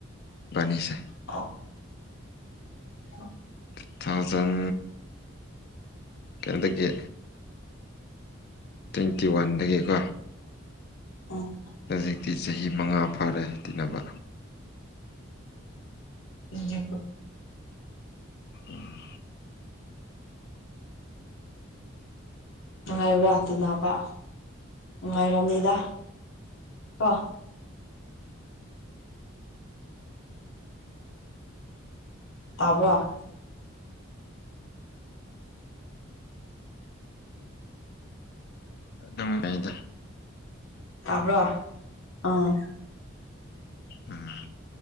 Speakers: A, on the left; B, on the left.
A: ꯕꯥꯅꯤꯁꯦ
B: ꯑ ꯑ
A: ꯇꯨ ꯊꯥꯎꯖꯟ ꯇꯦꯟꯗꯒꯤ ꯇ꯭ꯋꯦꯟꯇꯤ ꯋꯥꯟꯗꯒꯤꯀꯣ
B: ꯎꯝ
A: ꯍꯧꯖꯤꯛꯇꯤ ꯆꯍꯤ ꯃꯉꯥ ꯐꯥꯔꯦ ꯇꯤꯟꯅꯕ
B: ꯑꯗꯤꯦ
A: ꯑꯣꯝ
B: ꯅꯨꯡꯉꯥꯏꯕ꯭ꯔꯥ ꯑꯗꯨꯅꯕ ꯅꯨꯡꯉꯥꯏꯔꯝꯅꯤꯗ ꯀꯣ ꯇꯕ
A: ꯑꯗꯨꯝꯉꯥꯏꯗꯦ
B: ꯇꯥꯕ꯭ꯔꯣ ꯑꯥ
A: ꯎꯝ